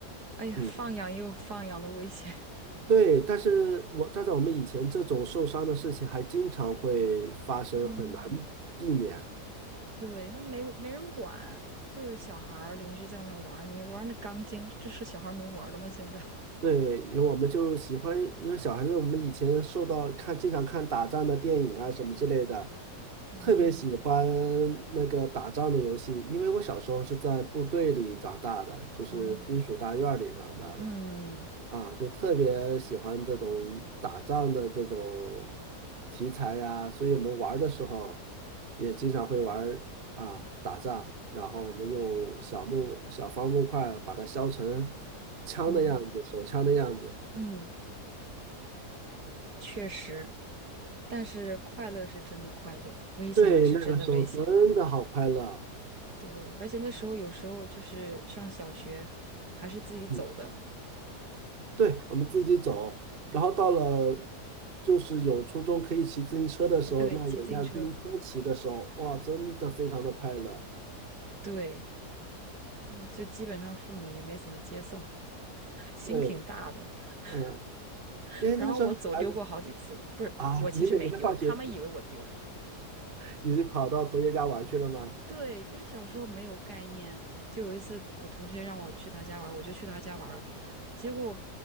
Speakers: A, on the right; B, on the right.
A: 哎呀，
B: 嗯，
A: 放养也有放养的危险。
B: 对，但是我站在我们以前这种受伤的事情还经常会发生，
A: 嗯，
B: 很难避免。
A: <laughs> 对，因为没没人管，就是小孩儿邻居在那玩儿，你玩那钢筋，这是小孩儿能玩儿的吗？现在？<laughs>
B: 对，因为我们就喜欢，因为小孩子我们以前受到看，经常看打仗的电影啊什么之类的，
A: 哦
B: 特别喜欢那个打仗的游戏。因为我小时候是在部队里长大的，就是军属大院儿里长大的。
A: 哦，嗯
B: 啊，就特别喜欢这种打仗的这种题材呀，所以我们玩儿的时候也经常会玩儿啊打仗，然后我们用小木小方木块儿把它削成枪的样子，
A: 哦
B: 手枪的样子。
A: 嗯，确实，但是快乐是真的快乐，危险也是真的危险。
B: 对，那个时候真的好快乐。
A: 对，而且那时候有时候就是上小学，还是自己走的，
B: 嗯，对，我们自己走，然后到了就是有初中可以骑自行车的时候，
A: 对，
B: 那有辆自行车骑的时候，
A: 骑自行车，
B: 哇，真的非常的快乐。
A: 对。嗯就基本上父母也没怎么接送，心挺大的。
B: 对，
A: <laughs>
B: 嗯。因为那时候还是
A: 然后我走丢过好几次，不是，
B: 啊，
A: 我其实没丢，
B: 你每天放学
A: 他们以为我丢。
B: 你是跑到同学家玩去了吗？
A: 对，就小时候没有概念，就有一次我同学让我去他家玩儿，我就去他家玩儿了，结果